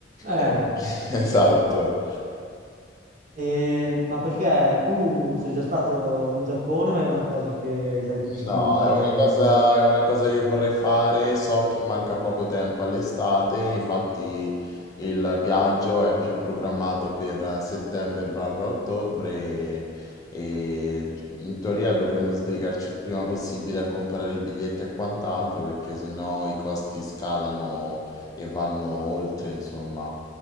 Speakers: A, on the right; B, on the left.
A: eh,
B: Eh, <laughs> Esatto.
A: e- ma perché tu sei già stato in Giappone o era una cosa che stavi pensando
B: No,
A: di fare
B: è una cosa, è una cosa che vorrei fare. So che manca poco tempo all'estate, infatti il viaggio è più programmato per settembre-ottobre e in teoria dovremmo sbrigarci il prima possibile a comprare i biglietti e quant'altro perché sennò i costi scalano e vanno oltre, insomma.